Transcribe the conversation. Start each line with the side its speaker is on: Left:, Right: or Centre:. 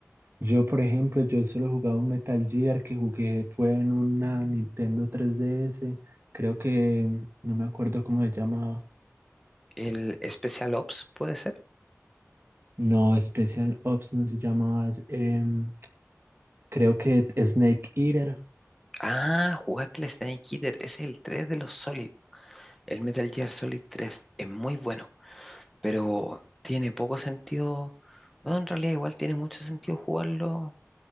Right: yo por ejemplo, yo solo jugaba un Metal Gear que jugué fue en una Nintendo 3DS, creo que mm, no me acuerdo cómo se llamaba.
Centre: El Special Ops puede ser.
Right: No, Special Ops no se llamaba, es, em, creo que Snake Eater,
Centre: Ah, jugaste el Snake Eater. Ese es el 3 de los Solid. El Metal Gear Solid tres es muy bueno, pero tiene poco sentido. No, en realidad igual tiene mucho sentido jugarlo